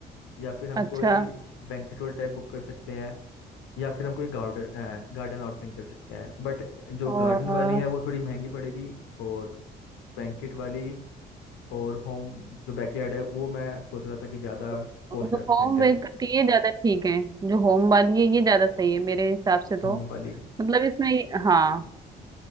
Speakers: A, on the left (about 85°); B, on the right (about 20°).
A: या फिर हम
B: अच्छा
A: कोई बैंक्वेट हॉल टाइप बुक कर सकते हैं या फिर हम कोई गार्डन गार्डन आउटफिटिंग कर सकते हैं बट जो
B: और
A: गार्डन वाली है वो थोड़ी महंगी पड़ेगी और बैंकेट वाली और होम जो बैकयार्ड है वो मैं सोच रहा था कि ज़्यादा
B: जो
A: कॉस्ट एफिशिएंट
B: होम मेक
A: है
B: करती है ये ज्यादा ठीक है जो होम वाली है ये ज्यादा सही है मेरे हिसाब से तो
A: होम वाली
B: मतलब इसमें ये- हाँ